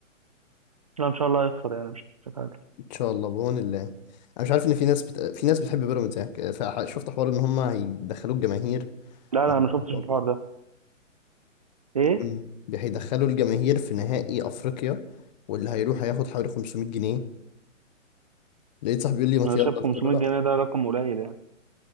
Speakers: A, on the right; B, on the left.
A: لا إن شاء الله هيخسر يعني مش هتعادل
B: ان شاء الله بعون الله انا مش عارف ان في ناس بت... في ناس بتحب بيراميدز يعني فشفت حوار ان هم هيدخلوا الجماهير
A: لا لا
B: مقابل-
A: أنا ما شفتش الحوار ده إيه؟
B: مم. هيدخلوا الجماهير في نهائي افريقيا واللي هيروح هياخد حوالي 500 جنيه لقيت صاحبي بيقول لي ما
A: أنا
B: يلا
A: شايف
B: قلت
A: 500
B: له لا
A: جنيه ده رقم قليل يعني